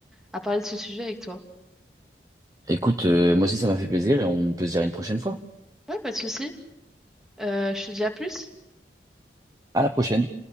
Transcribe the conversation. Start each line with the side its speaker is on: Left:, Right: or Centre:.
Centre: à parler de ce sujet avec toi.
Right: écoute, euh, moi aussi ça m'a fait plaisir et on peut se dire à une prochaine fois.
Centre: Ouais, pas de souci. Euh, je te dis à plus.
Right: À la prochaine.